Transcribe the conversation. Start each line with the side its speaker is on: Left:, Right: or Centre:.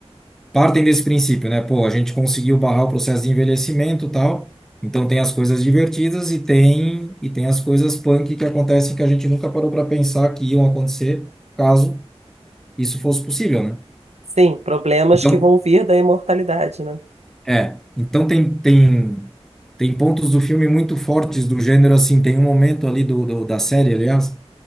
Centre: partem desse princípio, né? Pô, a gente conseguiu barrar o processo de envelhecimento, e tal. Então tem as coisas divertidas e tem e tem as coisas punk que acontecem que a gente nunca parou para pensar que iam acontecer caso isso fosse possível, né?
Right: Sim, problemas
Centre: Então,
Right: que vão vir da imortalidade, né?
Centre: é, então tem tem tem pontos do filme muito fortes do gênero assim, tem um momento ali do, do da série, aliás,